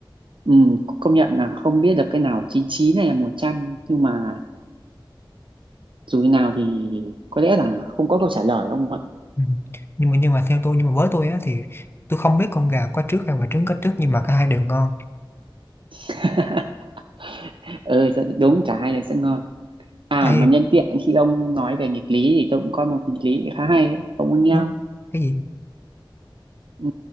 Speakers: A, on the right (about 75°); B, on the left (about 25°).
A: ừ, công nhận là không biết được cái nào 99 này là một trăm nhưng mà dù thế nào thì có lẽ là không có câu trả lời ông ạ
B: Ừ. nhưng mà nhưng mà theo tôi nhưng mà với tôi á thì tôi không biết con gà có trước hay quả trứng có trước nhưng mà cả hai đều ngon
A: <laughs> ừ dạ, đúng cả hai đều sẽ ngon à mà
B: ê
A: nhân tiện khi ông nói về nghịch lý thì tôi cũng có một nghịch lý khá hay ấy. ông muốn nghe
B: nó cái gì
A: Ừ,